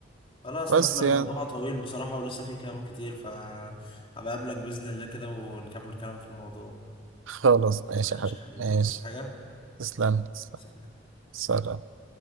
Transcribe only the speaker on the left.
خلاص
تمام الموضوع
طويل بصراحه ولسه فيه كلام كتير ف هبقى اقابلك باذن الله كده ونكمل كلام في الموضوع
ماشي
يا حبيبي
هتعوز حاجه
سلام